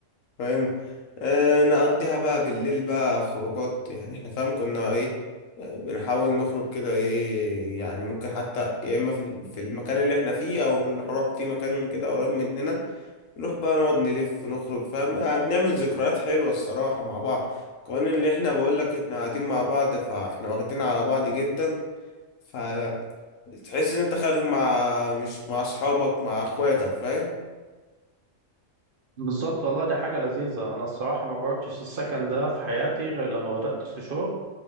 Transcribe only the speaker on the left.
فاهم آه نقضيها بقى بالليل بقى خروجات يعني احنا فاهم كنا ايه آه، بنحاول نخرج كده ايه يعني ممكن حتى يا اما في ال- في المكان اللي احنا فيه او نروح في مكان كده قريب مننا نروح بقى نقعد نلف نخرج فاهم آه، بنعمل ذكريات حلوة الصراحة مع بعض كمان اللي احنا بقول لك احنا قاعدين مع بعض فاحنا واخدين على بعض جدا فتحس ان انت خارج مع مش مع اصحابك مع اخواتك فاهم